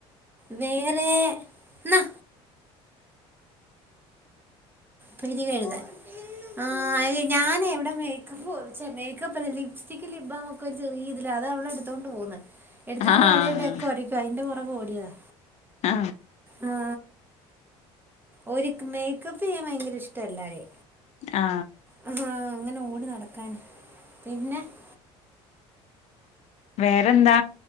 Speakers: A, on the right; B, on the left.
A: വേറെ ഇന്നാ പിരിക എഴുതാൻ ആ അ ഞാന എവിടെ മേക്കപ്പ് പോച്ചേ മേക്കപ്പ്ന്ന ലിപ്സ്റ്റിക്ക് ലിബ് ബാം ഒക്കെ ചെറിയ രിതി അത അവളെ എടുത്തുകോണ്ട് പോന്ന് എടുത്തോണ്ട്
B: ആഹ്
A: എവിടെ എവിടെ യെങ്കിലും ഒക്കെ ഒരയ്ക്കും അതിന്റെ പുറക് ഓടിയതാ
B: ആ
A: ആ ഒരിക്ക് മേക്കപ്പ് ചെയ്യാൻ ഭയങ്കര ഇഷ്ട എല്ലാരേ
B: ആ
A: ആ അങ്ങനെടി നടക്കാന് പിന്നെ <inaudible> <inaudible>
B: വേറെന്താ